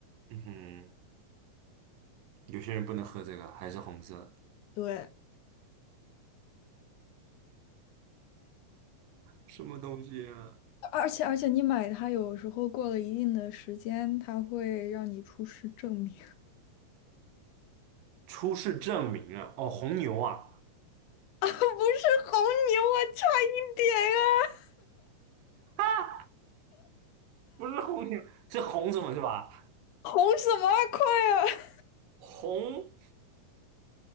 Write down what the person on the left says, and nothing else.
对，
而且而且你买它有时候过了一定的时间，它会让你出示证明。
<laughs> 啊，不是红牛啊，差一点啊，
红什么啊，快啊，